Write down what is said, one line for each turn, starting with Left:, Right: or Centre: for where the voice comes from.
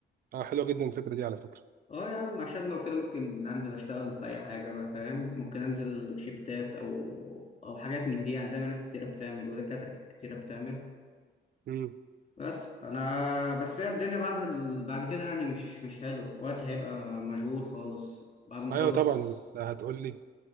Right: اه حلوه جدا الفكره دي على فكره
Left: اه يا عم عشان لو كده ممكن انزل اشتغل في اي حاجه بقى فاهم ممكن انزل شيفتات او او حاجات من دي يعني زي ما ناس كتيره بتعمل ودكاتره كتيره بتعمل
Right: امم
Left: بس انا بس هي الدنيا بعد ال... بعد كده يعني مش مش حلوه وقتي هيبقى مشغول خالص بعد ما اخلص
Right: ايوه طبعا ده هتقول لي